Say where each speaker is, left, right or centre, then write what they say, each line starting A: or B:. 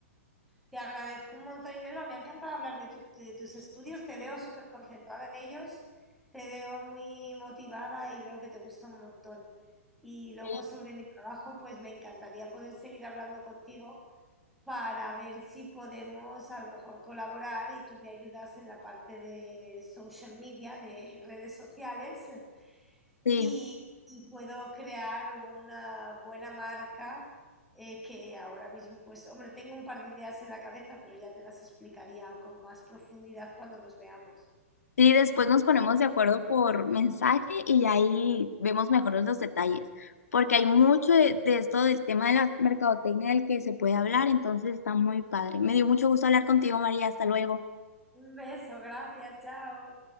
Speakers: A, in the centre; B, on the left (about 85°).
A: Te agradezco un montón, Inelva. Me ha encantado hablar de, tu- de tus estudios. Te veo súper concentrada en ellos, te veo muy motivada y veo que te gusta un montón. Y luego
B: Sí.
A: sobre mi trabajo, pues me encantaría poder seguir hablando contigo para ver si podemos a lo mejor colaborar y tú me ayudas en la parte de social media, de redes sociales,
B: Sí,
A: y, y puedo crear una buena marca eh, que ahora mismo, pues, hombre, tengo un par de ideas en la cabeza, pero ya te las explicaría con más profundidad cuando nos veamos.
B: sí, después
A: Que te-
B: nos ponemos de acuerdo por mensaje y ahí vemos mejor los detalles, porque hay mucho de, de esto del tema de la mercadotecnia del que se puede hablar, entonces está muy padre. Me dio mucho gusto hablar contigo, María, hasta luego.
A: Un beso, gracias, chao.